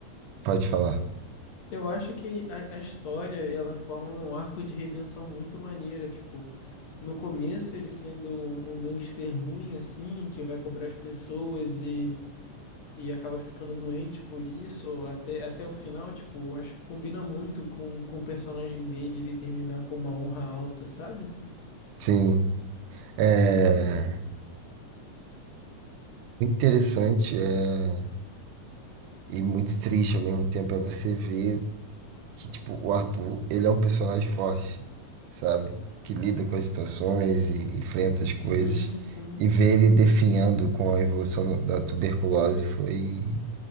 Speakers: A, on the right (about 80°); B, on the left (about 60°).
A: pode falar.
B: Eu acho que a, a história ela forma um arco de redenção muito maneira, tipo, no começo ele sendo um, um gangster ruim assim, que vai cobrar as pessoas e, e acaba ficando doente por isso, até, até o final, tipo, eu acho que combina muito com, com o personagem dele, ele terminar com uma honra alta, sabe?
A: Sim. É.
B: Tanto,
A: Interessante, é... e muito triste ao mesmo tempo é você ver que, tipo, o Arthur, ele é um personagem forte, sabe? Que lida com as situações e enfrenta as
B: sim,
A: coisas.
B: sim.
A: E ver ele definhando com a evolução do- da tuberculose foi,